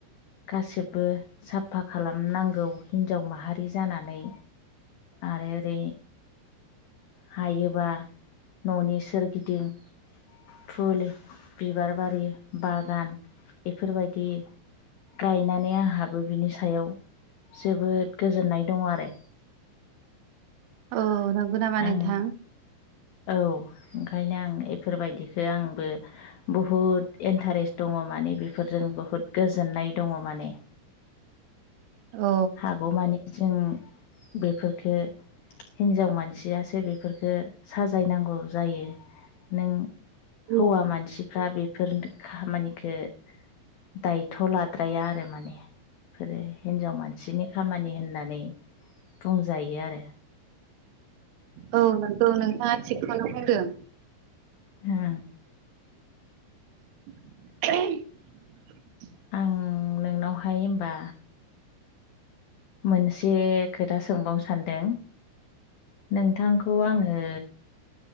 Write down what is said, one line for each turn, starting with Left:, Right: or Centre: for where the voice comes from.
Left: गासिबो साफा खालामनांगौ हिन्जाव माहारि जानानै आरो ओरै हायोबा न'नि सोरगिदिं फुल बिबार बारि बागान इफोरबायदि गायनानै आंहाबो बिनि सायाव जोबोद गोजोननाय दं आरो
Right: औ नंगौ नामा
Left: आं
Right: नोंथां
Left: औ ओंखायनो आं इफोरबायदिखो आंबो बहुद इन्टारेस्ट दङ दङ माने बेफोरजों बुहुत गोजोननाय दङ माने
Right: औ
Left: हागौमानि जों बेफोरखो हिन्जाव मानसियासो बेफोरखो साजायनांगौ जायो नों
Right: औ
Left: हौवा मानसिफ्रा बे बेफोर खामानिखो दायथ' लाद्राया आरो माने बेफोरो हिन्जाव मानसिनि खामानि होननानै बुंजायो आरो
Right: औ नंगौ नोंथाङा थिगखौनो बुंदों
Left: हो
Right: <unintelligible>
Left: आं नोंनावहाय होनबा मोनसे खोथा सोंबावनो सानदों। नोंथांखौ आङो <unintelligible>